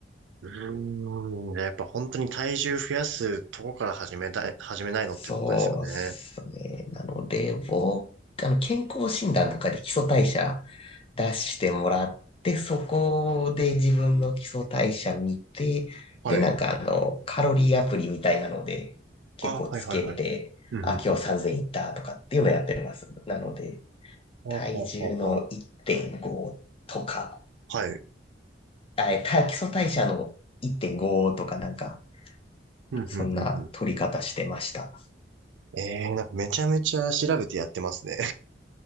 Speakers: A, on the right (about 80°); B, on the left (about 30°).
A: うーん。やっぱ本当に体重増やすとこから始めたい、始めないのってことですよね。
B: そうですね。なので、僕、あの、健康診断とかで基礎代謝出してもらって、そこで自分の基礎代謝見て、
A: はい。
B: で、なんかあの、カロリーアプリみたいなので、結構つけて、
A: ああ、はいはいはい。うん、うん、
B: あ、今日3000いったとかっていうのやってます。
A: うんうん。
B: なので、
A: はあ、
B: 体重の1.5とか、
A: はあ、はあ、はあ。はい。
B: あ、えた基礎代謝の1.5とかなんか、
A: うん、うん、
B: そんな取り方してました。
A: うん、うん。ええー、なんかめちゃめちゃ調べてやってますね。